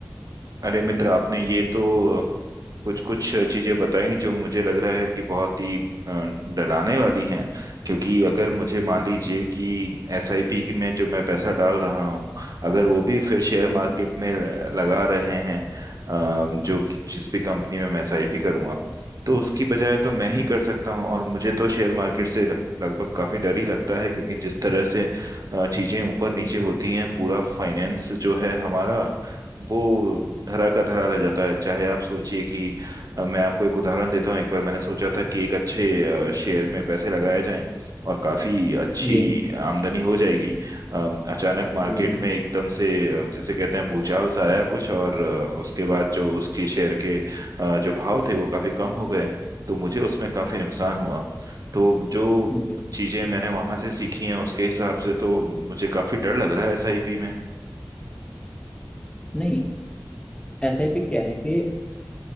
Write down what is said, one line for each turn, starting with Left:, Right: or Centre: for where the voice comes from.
Right: अरे मित्र आपने ये तो कुछ कुछ चीजें बताई जो मुझे लग रहा है कि बहुत ही अ, डराने वाली हैं क्योंकि अगर मुझे मान लीजिए कि एसआईपी में जो मैं पैसा डाल रहा हूँ अगर वो भी फिर शेयर मार्केट में लगा रहे हैं अ, जो कि- जिस भी कंपनी में मैं एसआईपी करूँगा तो उसकी बजाय तो मैं ही कर सकता हूँ और मुझे तो शेयर मार्केट से ल- लगभग काफी डर ही लगता है क्योंकि जिस तरह से अ, चीजें ऊपर नीचे होती हैं पूरा फाइनेंस जो है हमारा वो धरा का धरा रह जाता है चाहे आप सोचिए कि अब मैं आपको एक उदाहरण देता हूँ एक बार मैंने सोचा था कि एक अच्छे अ, शेयर में पैसे लगाए जाएं और काफी अच्छी
Left: जी
Right: आमदनी हो जाएगी अम, अचानक मार्केट
Left: जी जी।
Right: में एकदम से अ, जैसे कहते हैं भूचाल सा आया कुछ और अ, उसके बाद जो उसके शेयर के अ, जो भाव थे वो काफी कम हो गए तो मुझे उसमें काफी नुकसान हुआ तो जो
Left: हम्म, बिल्कुल
Right: चीजें मैंने वहां से सीखी हैं उसके हिसाब से तो मुझे काफी डर लग रहा है एसआईपी में
Left: नहीं एसआईपी क्या है कि